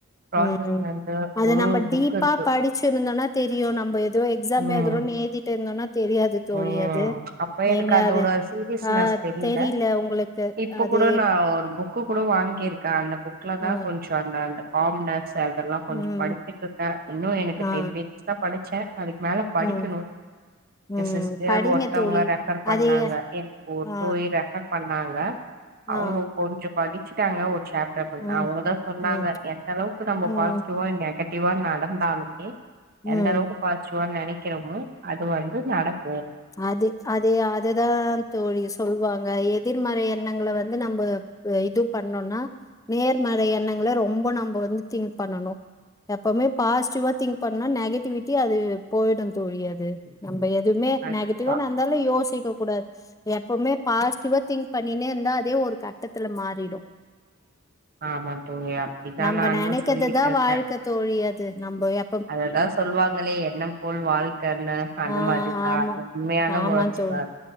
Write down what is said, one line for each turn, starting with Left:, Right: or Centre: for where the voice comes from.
Right: ப்ராசஸ்ல
Left: ம்
Right: இருந்து
Left: அது
Right: ஒரு
Left: நம்ப
Right: ஒரு புக்
Left: டீப்பா
Right: இருக்கு
Left: படிச்சிருந்தோனா தெரியு நம்ப ஏதோ எக்ஸாம்
Right: ம்
Left: ஏதுரோன் ஏதி இருந்தோனா தெரியாது தோழி
Right: ம்
Left: அது
Right: அப்ப
Left: நீங்க
Right: எனக்கு அதோட
Left: அது
Right: சீரியஸ்னஸ்
Left: ஆ
Right: தெரியில
Left: தெரில உங்களுக்கு
Right: இப்ப
Left: அது
Right: கூட நா ஒரு பு க்கு கூட வாங்கியிருக்கே அந்த புக்ல தா
Left: ஆ
Right: கொஞ் ச அந்த அந்த காமனஸ் அதெல்லா கொஞ்ச
Left: ம்
Right: படிச்சட்டு இருக்கே இன்னு எனக்கு
Left: ஆ
Right: டென் பேஜஸ் தா படிச்சே அதுக்கு மேல படிக்கணு
Left: ம் ம்
Right: எ சிஸ்டர்
Left: படிங்க
Right: ஒருத்தவங்க
Left: தோழி
Right: ரெஃபர் பண்ணாங்க
Left: அதைய
Right: எ ஃபோ <unintelligible>
Left: ஆ
Right: ரெஃபர் பண்ணாங்க அவங்க
Left: ஆ
Right: கொஞ்ச படிச்சுட்டாங்க ஒரு சாப் டர்
Left: ம்
Right: அவங்கதா சொன்னாங்க
Left: ம்
Right: எந்த அளவுக்கு நம்ம
Left: ம்
Right: பாசிட்டிவா நெகட்டிவா நடந்தாலுமே
Left: ம்
Right: எந்த அளவுக்கு பாஸிட்டிவா நனைக்கிறோமோ அது வந்து நடக்
Left: அது அது அதுதா தோழி சொல்லுவாங்க எதிர்மறை எண்ணங்கள வந்து நம்ப இது பண்ணோனா நேர்மறை எண்ணங்கள ரொம்ப நம்ப வந்து திங்க் பண்ணணு எப்பமே பாசிட்டிவா திங்க் பண்ணா நெகட்டிவிட்டி அது போயிடு தோழி அது நம்ப எதுவுமே
Right: கண்டிப்பா
Left: நெகட்டிவா நடந்தாலு யோசிக்க கூடா எப்பவுமே பாசிட்டிவா திங்க் பண்ணினே இருந்தா அதே ஒரு கட்டத்துல மாறிடு
Right: ஆமா தோழி அப்டித்தா
Left: நம்ம
Right: நானு
Left: நெனைக்கிறதுதா
Right: சொல்லிட்டு இருக்கே
Left: வாழ்க்க தோழி அது நம்ப எ
Right: அத தா சொல்லுவாங்களே எண்ணம் போல் வாழ்க்கன்னு அந்த
Left: ஆ
Right: மாரி தா
Left: ஆமா
Right: அது உண்மையான
Left: ஆமா
Right: வேர்ட்ஸ்
Left: தோழ்
Right: தா